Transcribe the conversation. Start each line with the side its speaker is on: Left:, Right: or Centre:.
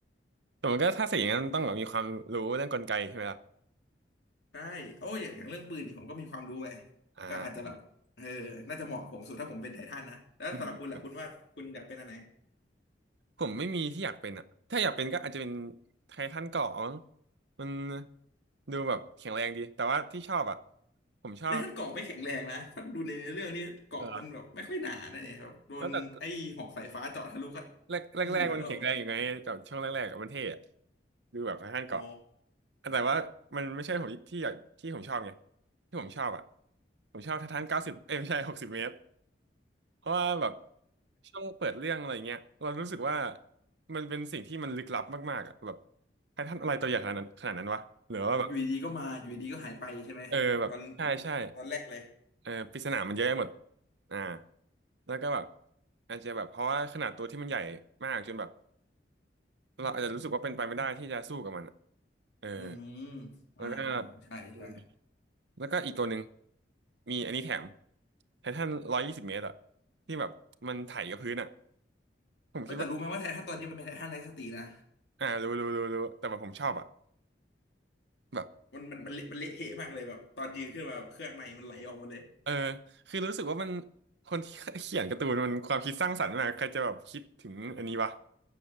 Right: แต่มันก็ถ้าเสียอย่างนั้นมันต้องแบบมีความรู้เรื่องกลไกใช่ไหมล่ะ
Left: ได้โอ้ยอย่างอย่างเรื่องปืนนี่ผมก็มีความรู้ไง
Right: อ่า
Left: ก็อาจจะแบบเออน่าจะเหมาะกับผมสุดถ้าผมเป็นไททันนะแล้วสำหรับคุณล่ะคุณว่าคุณอยากเป็นอะไร
Right: อืมผมไม่มีที่อยากเป็นอ่ะถ้าอยากเป็นก็อาจจะเป็นไททันเกราะมั้งมันดูแบบแข็งแรงดี แต่ว่าที่ชอบอ่ะผมชอบ
Left: แล้วท่านเกาะไม่แข็งแรงนะท่านดูในเนื้อเรื่องนี่เกาะมันแบบไม่ค่อยหนานะเนี่ยครับโดนไอ้หอกสายฟ้าเจาะทะลุก็
Right: เออแล้วแต่ แรกแรกแรกมันแข็งแรงอยู่ไงแต่ช่วงแรกๆอะมันเท่อะ
Left: ไม่เหลือแล้ว
Right: ดูแบบไท่านเกาะ
Left: อ๋อ
Right: แต่ว่ามันไม่ใช่ผมที่อยากที่ผมชอบไงที่ผมชอบอ่ะผมชอบไท่าทันเก้าสิบเอ้ยไม่ใช่หกสิบเมตรเพราะว่าแบบช่วงเปิดเรื่องอะไรเงี้ยเรารู้สึกว่ามันเป็นสิ่งที่มันลึกลับมากๆอ่ะแบบไททันอะไรตัวใหญ่ขนาดนั้นขนาดนั้นวะหรือว่าแบบ
Left: อ๋ออยู่ดีๆก็มาอยู่ดีๆก็หายไปใช่ไหมตอน
Right: เออแบบใช่ใช่
Left: ตอนแรกเลย
Right: เออปริศนามันเยอะไปหมดอ่าแล้วก็แบบอาจจะแบบเพราะว่าขนาดตัวที่มันใหญ่มากจนแบบ เราอาจจะรู้สึกว่าเป็นไปไม่ได้ที่จะสู้กับมันอะเออ
Left: อืมอ่าอ่าใช่ใช่
Right: แล้วก็อืมแล้วก็อีกตัวหนึ่งมีอันนี้แถมไททันร้อยยี่สิบเมตรอะที่แบบมันไถกับพื้นอะผมคิดว่า
Left: เอ้ยแต่รู้ไหมว่าไททันตอนนี้มันเป็นไททันไร้สตินะ
Right: อ่ารู้รู้รู้รู้แต่แบบผมชอบอะแบบ
Left: มันมันมันเละมันเละเทะมากเลยแบบตอนยืนขึ้นมาเครื่องในมันไหลออกหมดเลย
Right: เออคือรู้สึกว่ามันคนที่เขียนการ์ตูนมันความคิดสร้างสรรค์มากใครจะแบบคิดถึงอันนี้วะ